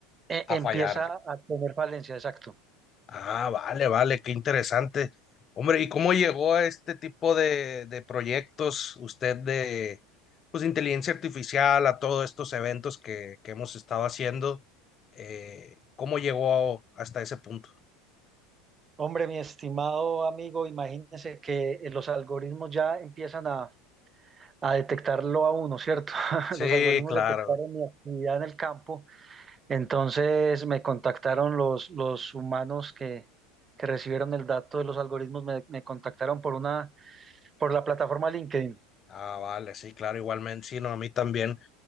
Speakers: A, on the right; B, on the left.
A: eh, empieza
B: a fallar.
A: a tener falencia, exacto.
B: Ah, vale, vale, qué interesante. Hombre, ¿y cómo llegó a este tipo de, de proyectos usted de, pues, de inteligencia artificial, a todos estos eventos que, que hemos estado haciendo? Eh, ¿cómo llegó hasta ese punto?
A: Hombre, mi estimado amigo, imagínese que eh, los algoritmos ya empiezan a, a detectarlo a uno, ¿cierto? <laughs>
B: Sí,
A: Los algoritmos
B: claro.
A: detectaron mi actividad en el campo Entonces me contactaron los, los humanos que, que recibieron el dato de los algoritmos, me, me contactaron por una, por la plataforma LinkedIn.
B: Ah, vale, sí, claro, igualmente, sí, no, a mí también.